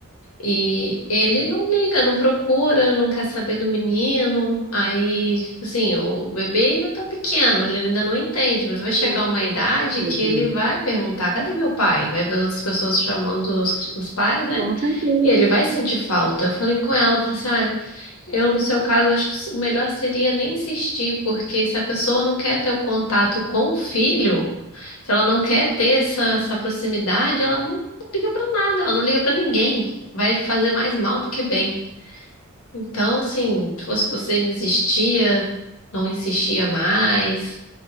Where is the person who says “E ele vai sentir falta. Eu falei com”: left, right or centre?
Left